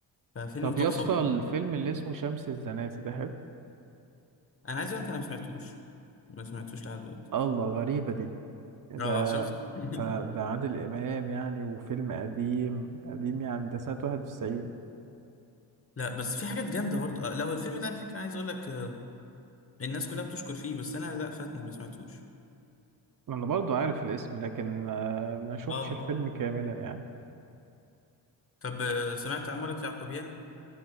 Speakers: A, on the left (about 30°); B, on the right (about 45°).
A: ففيلم
B: طب
A: تحفة
B: يا اسطى الفيلم اللي اسمه شمس الزناتي ده حلو
A: انا عايز اقول لك انا ما سمعتوش ما سمعتوش لحد دلوقتي
B: الله غريبة دي ده
A: اه شفت <laughs>
B: ده ده عادل إمام يعني وفيلم قديم قديم يعني ده سنة 91
A: لا بس في حاجات جامده برضه آه، لو الفيلم ده على فكره عايز اقول لك آه، الناس كلها بتشكر فيه بس انا لا فاتني ما سمعتوش
B: أنا برضو عارف الاسم لكن ما, ما شفتش
A: اه
B: الفيلم
A: اه
B: كاملا يعني
A: طب آه، سمعت عمارة يعقوبيان